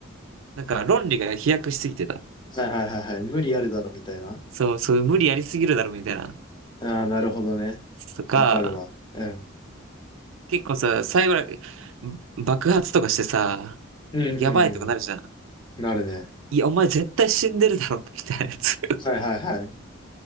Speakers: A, on the right; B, on the left.
A: なんか論理が飛躍しすぎてた。
B: いはいはいはい。無理あるだろ、みたいな。
A: そう、そう、無理やりすぎるだろ、みたいな。
B: ああ、なるほどね。
A: とか、
B: わかるわ。うん。
A: 結構さ、最後ら、爆発とかしてさ、
B: うんうんう
A: やばいとかなるじゃん。
B: ん。なるね。
A: いや、お前絶対死んでるだろ、みたいなやつ。
B: はいはいは